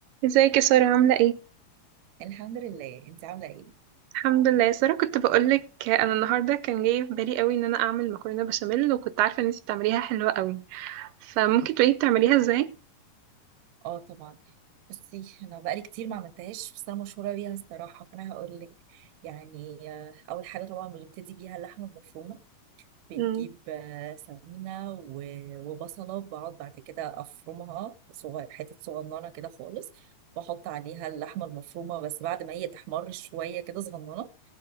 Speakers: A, on the right (about 90°); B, on the right (about 70°).
A: ازيك يا سارة عاملة ايه؟
B: الحمد لله انت عامله ايه
A: الحمد لله يا سارة كنت بقولك انا النهاردة كان جاي في بالي قوي ان انا اعمل مكرونة بشاميل وكنت عارفة ان انتي بتعمليها حلوة قوي فممكن تقولي بتعمليها ازاي؟
B: اه طبعا بصي انا بقالي كتير ما عملتهاش بس انا مشهوره بيها الصراحه فانا هقول لك يعني آه، اول حاجه طبعا بنبتدي بيها اللحمه المفرومه بنجيب
A: مم.
B: آه، سمينه و- وبصله بقعد بعد كده افرمها صغير حتت صغننه كده خالص واحط عليها اللحمه المفرومه بس بعد ما هي تحمر شويه كده صغننه